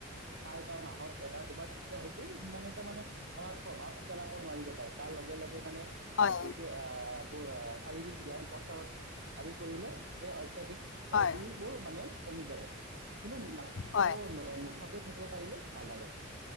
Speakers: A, on the right; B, on the left.
A: খাই বা মাহত এবাৰ দুবাৰ তেতিয়া হয়তো সিমান এটা মানে আমাক প্ৰভাৱ পেলাব নোৱাৰিব পাৰে তাৰ লগে লগে মানে অ
B: হয়
A: যিহেতু আ শাৰীৰিক ব্যায়াম প্ৰচাৰত আদি কৰিলে এই অত্যাধিক চৰ্বিবোৰ
B: হয়
A: মানে কমি যাব কিন্তু নাখাব
B: হয়
A: নোখোৱা দিব পাৰিলো ভাল আৰু